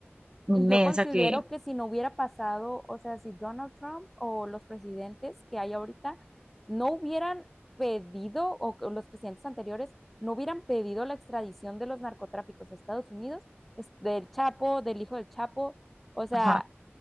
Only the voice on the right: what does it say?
inmensa
que,
ajá.